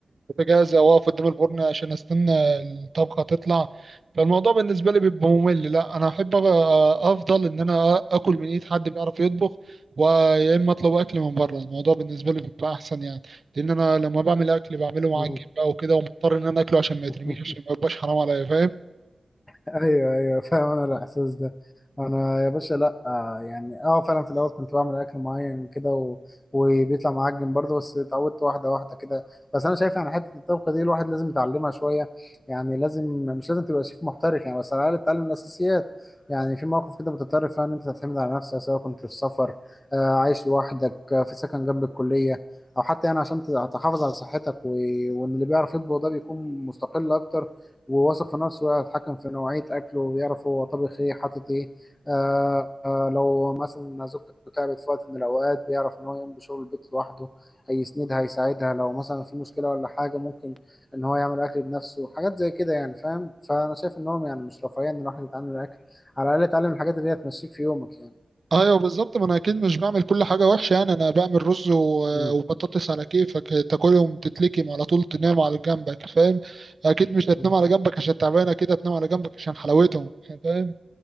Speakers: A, on the right; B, on the left.
A: البوتاجاز او اقف قدام الفرن عشان استنى الطبخه تطلع فالموضوع بالنسبه لي بيبقى ممل لا انا احب أ- افضل ان انا أ- اكل من ايد حد بيعرف يطبخ ويا اما اطلب اكل من بره الموضوع بالنسبه لي بيبقى احسن يعني لان انا لما بعمل اكل بعمله معجن
B: مم.
A: بقى وكده ومضطر ان انا اكله عشان ما يترميش
B: <laughs>
A: عشان ما يبقاش حرام عليا فاهم
B: ايوه ايوه فاهم انا الاحساس ده انا يا باشا لا آه، يعني اه فعلا في الاول كنت بعمل اكل معين كده و... وبيطلع معجن برضه بس اتعودت واحده واحده كده بس انا شايف يعني حته الطبخه دي الواحد لازم يتعلمها شويه يعني لازم مش لازم تبقى شيف محترف يعني بس على الاقل تتعلم الاساسيات يعني في مواقف كده بتضطر فيها ان انت تعتمد على نفسك سواء كنت في سفر آه، عايش لوحدك آه، في سكن جنب الكليه او حتى يعني عشان تحافظ على صحتك و... وان اللي بيعرف يطبخ ده بيكون مستقل اكتر وواثق في نفسه ويعرف يتحكم في نوعية أكله ويعرف هو طبخ إيه حاطط إيه آه آه لو مثلا زوجته تعبت في وقت من الأوقات بيعرف إن هو يقوم بشغل البيت لوحده هيسندها هيساعدها لو مثلا في مشكلة ولا حاجة ممكن إن هو يعمل أكل بنفسه حاجات زي كده يعني فاهم فأنا شايف إن هو يعني مش رفاهية إن الواحد يتعلم الأكل على الأقل يتعلم الحاجات اللي هي تمشيك في يومك يعني
A: ايوه بالظبط ما انا اكيد مش بعمل كل حاجه وحشه يعني انا بعمل رز و-
B: مم.
A: وبطاطس على كيفك تاكلهم تتلكم على طول تنام على جنبك فاهم اكيد مش هتنام
B: مم.
A: على جنبك عشان تعبان اكيد هتنام على جنبك عشان حلاوتهم فاهم